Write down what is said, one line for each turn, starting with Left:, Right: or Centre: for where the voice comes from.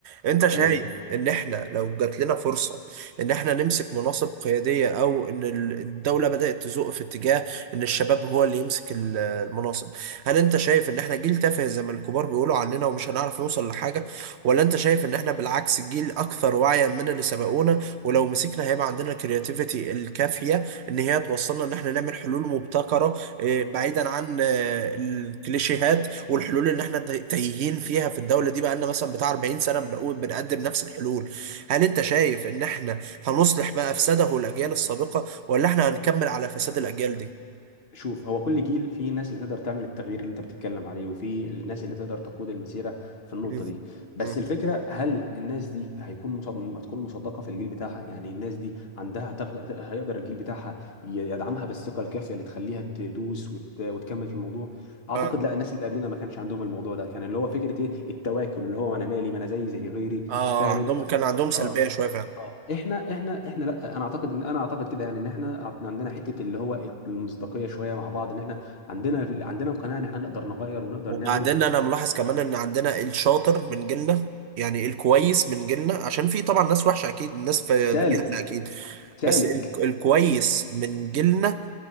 Right: انت شايف
Left: تمام
Right: ان احنا لو جات لنا فرصة ان احنا نمسك مناصب قيادية او ان ال- الدولة بدأت تزق في اتجاه ان الشباب هو اللي يمسك ال- المناصب هل انت شايف ان احنا جيل تافه زي ما الكبار بيقولوا عننا ومش هنعرف نوصل لحاجة ولا انت شايف ان احنا بالعكس جيل اكثر وعيا من اللي سبقونا ولو مسكنا هيبقى عندنا الكرياتيفيتي الكافية ان هي توصلنا ان احنا نعمل حلول مبتكرة اه، بعيدا عن اه، الكليشيهات والحلول اللي احنا تاي- تايهين فيها في الدولة دي بقالنا مثلا بتاع 40 سنة بنقول بنقدم نفس الحلول هل انت شايف ان احنا هنصلح ما افسده الاجيال السابقة ولا احنا هنكمل على فساد الاجيال دي
Left: شوف هو كل جيل فيه ناس اللي تقدر تعمل التغيير اللي انت بتتكلم عليه وفي الناس اللي تقدر تقود المسيره في النقطه
Right: مم.
Left: دي بس
Right: مم.
Left: الفكره هل الناس دي هيكون مصد... هتكون مصدقه في الجيل بتاعها يعني الناس دي عندها هتاخد... هيقدر الجيل بتاعها ي- يدعمها بالثقه الكافيه اللي تخليها تدوس وت... وتكمل في الموضوع اعتقد
Right: اه
Left: لا الناس اللي قبلنا ما كانش عندهم الموضوع ده كان اللي هو فكره ايه التواكل اللي هو انا مالي ما انا زي زي غيري
Right: اه
Left: فاهم
Right: عندهم
Left: انت
Right: كان عندهم سلبية
Left: اه
Right: شوية فعلا
Left: اه احنا احنا احنا لا انا اعتقد ان انا اعتقد كده يعني ان احنا عب- عندنا حته اللي هو المصداقيه شويه مع بعض ان احنا عندنا عندنا القناعه ان احنا نقدر نغير ونقدر
Right: وبعدين
Left: نعمل
Right: انا ملاحظ كمان ان عندنا الشاطر من جيلنا يعني الكويس من جيلنا عشان في طبعا ناس وحشة اكيد الناس في
Left: سالك
Right: جيلنا اكيد
Left: سالك
Right: بس ال- الكويس من جيلنا